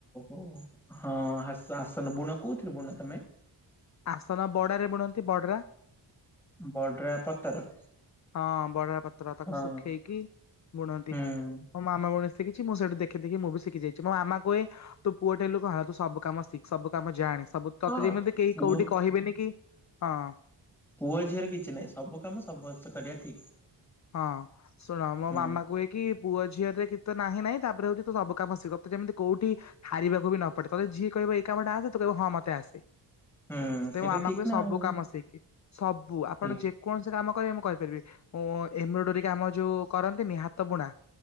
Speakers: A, in the centre; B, on the left.
A: ଓ, ହଁ ହାସ ଆସନ ବୁଣ କୋଉଥିରେ ବୁଣ ତମେ?
B: ଆସନ ବଡାରେ ବୁଣନ୍ତି ବଡ୍ରା।
A: ବଡ୍ରା ପତର
B: ହଁ ବଡ୍ରା ପତ୍ର ତାକୁ
A: ହଁ
B: ଶୁଖେଇକି ବୁଣନ୍ତି।
A: ହୁଁ।
B: ମୋ ଆମ ବେଳେ ଶିଖିଚି, ମୁଁ ସେଇଠୁ ଦେଖ ଦେଖି ମୁଁ ବି ଶିଖୀ ଯାଇଛି, ମୋ ମାମା କୁହେ ତୁ ପୁଅ ଟେ ହେଲୁ କଣ ହେଲା ତୁ ସବୁ କାମ ଶିଖ, ସବୁ କାମ ଯାଣେ। ସବୁ ତତେ
A: ହଁ
B: ଯେମିତି କେହି
A: ପୁଅ
B: କୋଉଠି କହିବେନି କି, ହଁ।
A: ପୁଅ, ଝିଅରେ କିଛି ନାହିଁ ସବୁ କାମ ସମସ୍ତେ କରିବା ଠିକ୍।
B: ହଁ ଶୁଣ ମୋ
A: ହୁଁ
B: ମାମା କୁହେ କି ପୁଅ ଝିଅରେ କି ତ ନାହିଁ ନାହିଁ ତାପରେ ହଉଛି ତୁ ସବୁ କାମ ସିଖ, ତୁ ଯେମିତି କୋଉଠି ହାରିବାକୁ ବି ନ ପଡେ, ତତେ ଯିଏ କହିବ ଏ କାମଟା ଆସେ ତୁ କହିବୁ ହଁ ମତେ ଆସେ।
A: ହୁଁ
B: ସେଥିପାଇଁ
A: ସେଇଟା
B: ମୋ ମାମା
A: ଠିକ୍
B: କୁହେ
A: ନା
B: ସବୁ
A: ଆଉ
B: କାମ ଶିଖି ସବୁ ଆପଣ
A: ଠିକ୍।
B: ଯେ କୌଣସି କାମ କରିବେ ମୁ କରିପାରିବି ଓଁ ଏମ୍ବ୍ରୋଡୋରୀ କାମ ଯୋଉ କରନ୍ତିନି ହାତ ବୁଣା